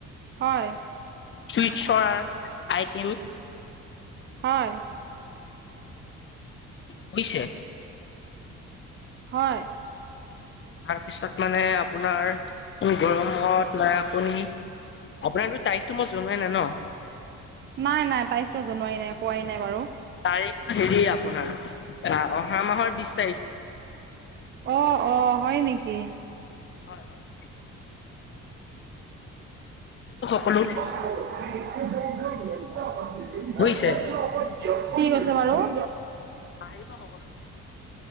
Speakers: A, on the right; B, on the left.
A: হয়।
B: চুইটছৰ আইটিয়েম।
A: হয়।
B: বুজিছে।
A: হয়।
B: তাৰপিছত মানে আপোনাৰ গৰমত মানে আপুনি। আপোনাক তো তাৰিখতটো মই জনোৱাই নাই ন।
A: নাই নাই তাৰিখটো জনোৱাৰি নাই কোৱাই নাই বাৰু
B: তাৰিখটো হেৰিয় আপোনাৰ অহা মাহৰ বিছ তাৰিখ।
A: অ অ হয় নেকি?
B: হয় হয়। কলো।
A: <unintelligible>
B: বুজিছে
A: ঠিক আছে বাৰু <unintelligible>
B: আহিব সকলো